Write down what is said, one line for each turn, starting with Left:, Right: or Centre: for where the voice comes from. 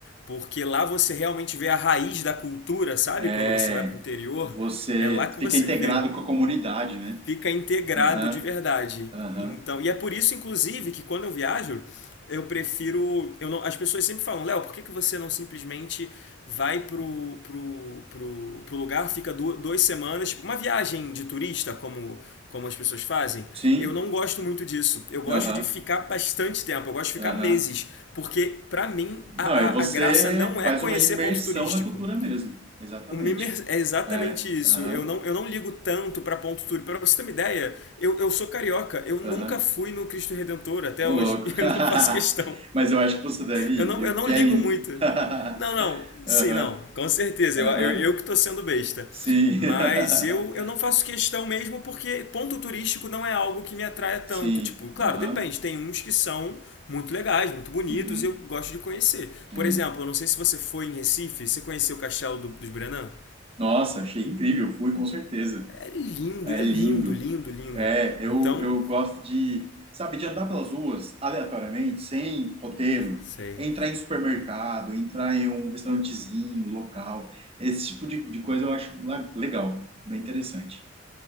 Left: porque lá você realmente vê a raiz da cultura, sabe?
Right: É,
Left: Quando você vai para o interior,
Right: você
Left: é lá que
Right: fica
Left: você
Right: integrado
Left: vê
Right: com a comunidade, né?
Left: fica integrado
Right: Aham,
Left: de verdade.
Right: aham.
Left: Então, e é por isso, inclusive, que quando eu viajo, eu prefiro. Eu não, as pessoas sempre falam, Léo, por que, que você não simplesmente vai pro, pro, pro, pro lugar, fica du- duas semanas, tipo uma viagem de turista, como, como as pessoas fazem?
Right: Sim,
Left: Eu não gosto muito disso. Eu gosto
Right: aham,
Left: de ficar bastante tempo, eu gosto de ficar
Right: aham.
Left: meses. Porque, pra mim,
Right: Não,
Left: a, a,
Right: é você
Left: a graça não
Right: faz
Left: é conhecer
Right: uma imersão
Left: ponto turístico.
Right: na cultura mesmo. Exatamente.
Left: O Mimer é exatamente
Right: É,
Left: isso.
Right: aham,
Left: Eu não, eu não ligo tanto para ponto turístico. Para você ter uma ideia, eu, eu sou carioca. Eu nunca
Right: aham.
Left: fui no Cristo Redentor até
Right: Ô,
Left: hoje.
Right: louco.
Left: <laughs> E
Right: <laughs>
Left: eu não faço questão.
Right: Mas eu acho que você deve ir,
Left: Eu não,
Right: viu?
Left: eu não
Right: Que
Left: ligo
Right: é lindo.
Left: muito.
Right: <laughs>
Left: Não, não. Sim,
Right: Aham.
Left: não. Com certeza.
Right: Aham,
Left: Eu, eu, eu que tô sendo besta.
Right: sim,
Left: Mas
Right: <laughs>
Left: eu, eu não faço questão mesmo porque ponto turístico não é algo que me atraia tanto.
Right: sim,
Left: Tipo, claro,
Right: aham,
Left: depende. Tem uns que são muito legais, muito bonitos
Right: uhum,
Left: e eu gosto de conhecer.
Right: é.
Left: Por exemplo, eu não sei se você foi em Recife. Você conheceu o Castelo do- dos Brenan?
Right: Nossa, achei incrível, fui com certeza,
Left: É lindo,
Right: é
Left: é
Right: lindo,
Left: lindo, lindo, lindo.
Right: é, eu,
Left: Então,
Right: eu gosto de, sabe, de andar pelas ruas aleatoriamente, sem roteiro,
Left: sei.
Right: entrar em supermercado, entrar em um restaurantezinho, local, esse tipo de, de coisa eu acho la- legal, bem interessante,